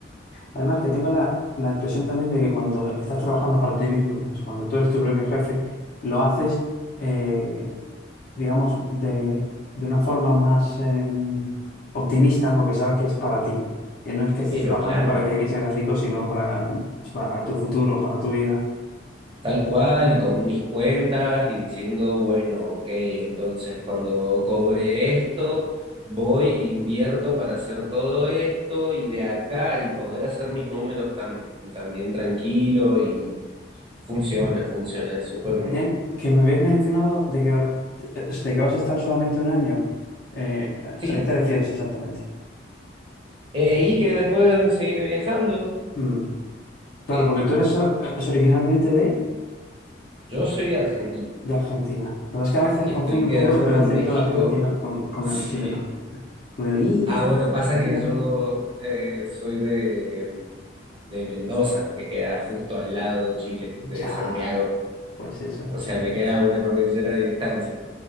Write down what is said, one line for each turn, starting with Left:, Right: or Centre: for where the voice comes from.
Left: Además que tengo la, la impresión también de que cuando estás trabajando para ti mismo, o sea, cuando tú eres tu propio jefe, lo haces eh, digamos, de, de una forma más em, optimista, porque sabes que es para ti, que no es que estés
Right: Pero
Left: trabajando
Right: claro,
Left: para que alguien se haga rico, sino para, pues, para tu futuro, para tu vida.
Right: tal cual y con mis cuentas y diciendo, bueno, ok, entonces cuando cobre esto, voy e invierto para hacer todo esto y de acá y poder hacer mis números tan, también tranquilo y funciona, funciona, es súper...
Left: Adrián, que me habías mencionado de que, va- de que vas a estar solamente un año. Eh, ¿a
Right: Sí,
Left: qué te refieres exactamente?
Right: Eh, y que después seguiré viajando.
Left: Mm, Claro,
Right: Este,
Left: porque tú eres, eh, es originalmente de,
Right: yo soy argentino
Left: de Argentina. La verdad es que a veces
Right: y
Left: confunde
Right: estoy
Left: un
Right: quedándome
Left: poco <laughs> el acento
Right: en México.
Left: de Argentina con, con
Right: <laughs> Sí.
Left: el chileno. Con el i
Right: Ah, bueno, pasa
Left: al
Right: que
Left: final.
Right: yo eh, soy de, de Mendoza, que queda justo al lado de Chile,
Left: Ya,
Right: de Santiago.
Left: pues eso
Right: O
Left: es.
Right: sea, me queda una cordillera de distancia.